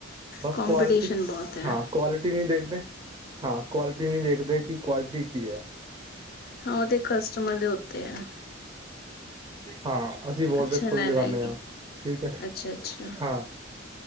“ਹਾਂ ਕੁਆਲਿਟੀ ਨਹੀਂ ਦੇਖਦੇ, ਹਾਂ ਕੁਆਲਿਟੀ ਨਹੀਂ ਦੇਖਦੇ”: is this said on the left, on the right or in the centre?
Right